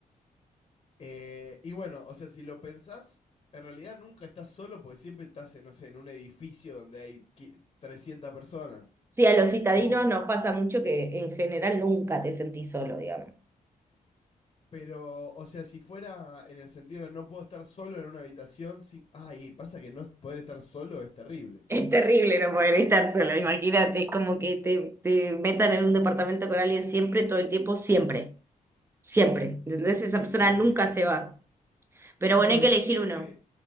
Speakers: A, on the left; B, on the right.
A: Eh, y bueno, o sea, si lo pensás, en realidad nunca estás solo porque siempre estás, en, no sé, en un edificio donde hay qui- 300 personas.
B: Sí, a los citadinos
A: O,
B: nos pasa mucho que en general nunca te sentís solo, digamos. <laughs>
A: Pero, o sea, si fuera en el sentido de no puedo estar solo en una habitación sin... Ay, pasa que no poder estar solo es terrible.
B: Es terrible no poder estar solo, imagínate, es como que te, te metan en un departamento con alguien siempre, todo el tiempo, siempre, siempre. ¿Entendés? Esa
A: Sí,
B: persona
A: sí, durísimo.
B: nunca se va. Pero
A: No,
B: bueno, hay que
A: y yo
B: elegir
A: creo
B: uno.
A: que,